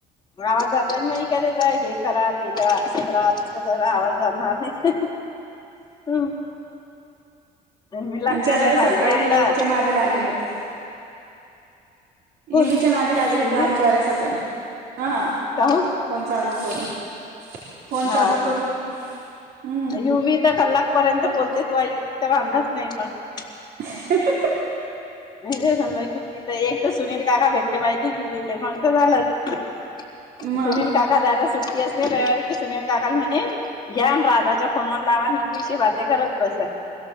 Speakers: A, on the left; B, on the right.
A: मग आवाज जात जात <inaudible> की त्याचा हे करा ते करा असं करा तसं करा आवाज जाणार नाही हुम्म नीं लखण्या
B: आमचे आले
A: लयी
B: तर सकाळी
A: भारी आहे आपला.
B: युवीच्या नादी लागेल होते
A: कोण
B: युवीच्या नादी लागेल
A: सुधीर
B: होत्या आमच्यावर वेळी सकाळी हा
A: काहून
B: फोन चालू करून, फोन
A: हा
B: चालू करून हम्म
A: युवी तर कलाक <unintelligible> <inaudible> पर्यंत बोलते त युवी तर अदांज नाही मला. <unintelligible>
B: <unintelligible>
A: नाही म घवी तर एक तर सुनील काका भेटले माहिजे घ्युवीले मग तर झालंच <unintelligible> सुनील
B: मग
A: काका ज्यादा सुट्टी असेल रविवारी सुनील काका म्हणे ज्याञ <unintelligible> रा दादाच्या फोन वर लावा आणि युबीशी बाते करत बसा.